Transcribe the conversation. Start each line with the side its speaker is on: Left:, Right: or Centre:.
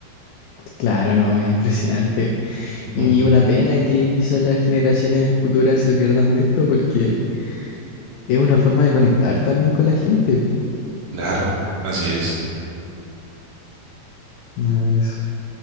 Left: Claro, no, es impresionante.
Right: <laughs>
Left: Y
Right: Ujú.
Left: una pena que quizás las generaciones futuras se pierdan de esto porque es una forma de conectar también con la gente.
Right: Claro, así es.
Left: Nada de eso.